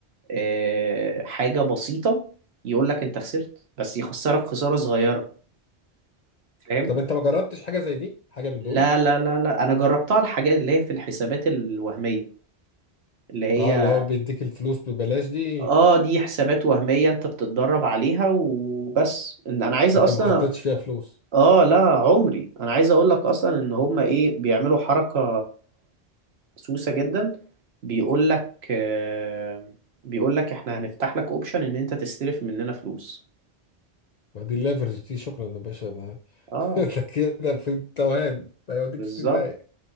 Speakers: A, on the right; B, on the left.
A: آه، حاجة بسيطة يقول لك انت خسرت بس يخسرك خسارة صغيرة فاهم
B: طب انت ما جربتش حاجة زي دي حاجة من
A: لا
B: دول
A: لا لا لا انا جربتها الحاجات اللي هي في الحسابات الوهمية اللي هي
B: اه اللي هو بيديك الفلوس ببلاش دي
A: اه دي حسابات وهمية انت بتتدرب عليها وبس ان انا عايز
B: لكن
A: اصلا
B: ما حطيتش فيها فلوس
A: اه لا عمري انا عايز اقول لك اصلا ان هما ايه بيعملوا حركة سوسة جدا بيقول لك آه بيقول لك احنا هنفتح لك اوبشن ان انت تستلف مننا فلوس
B: ما دي الليفرج دي شكرا يا باشا ده <laughs>
A: اه
B: ده كده في التوهان ده يوديك
A: بالظبط
B: في 60 دقيقة